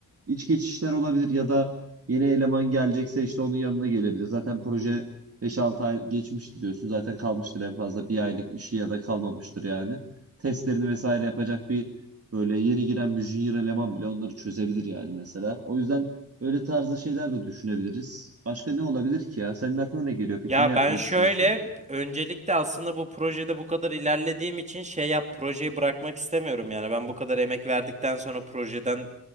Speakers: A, on the right; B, on the right.
A: İç geçişler olabilir ya da yeni eleman gelecekse işte onun yanına gelebilir. Zaten proje 5-6 ay geçmişti diyorsun. Zaten kalmıştır en fazla bir aylık işi ya da kalmamıştır yani. Testlerini vesaire yapacak bir böyle yeni giren bir junior eleman bile onları çözebilir yani mesela. O yüzden Öyle tarzda şeyler de düşünebiliriz. Başka ne olabilir ki ya? Senin aklına ne geliyor? Peki
B: Ya
A: ne yapmayı
B: ben şöyle
A: düşünüyorsun?
B: öncelikle aslında bu projede bu kadar ilerlediğim için şey yap projeyi bırakmak istemiyorum yani ben bu kadar emek verdikten sonra projeden